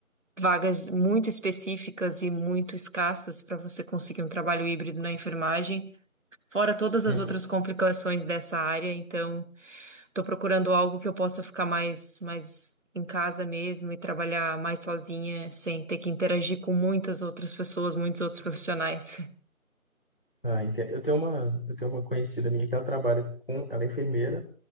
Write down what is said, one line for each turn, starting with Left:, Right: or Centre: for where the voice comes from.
Right: vagas muito específicas e muito escassas para você conseguir um trabalho híbrido na enfermagem, fora todas as
Left: uhum.
Right: outras complicações dessa área. Então, estou procurando algo que eu possa ficar mais, mais em casa mesmo e trabalhar mais sozinha, sem ter que interagir com muitas outras pessoas, muitos outros profissionais.
Left: Ah, entendo. Eu tenho uma, eu tenho uma conhecida minha que ela trabalha com, ela é enfermeira